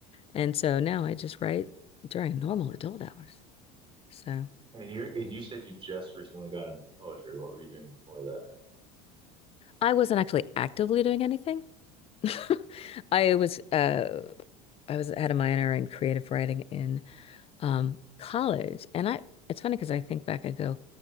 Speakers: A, on the left (about 30°); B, on the right (about 25°).
A: And so now I just write during normal adult hours. So
B: And you're and you said you just recently got into poetry. What were you doing before that?
A: I wasn't actually actively doing anything. <laughs> I was uh I was had a minor in creative writing in um college and I it's funny because I think back and go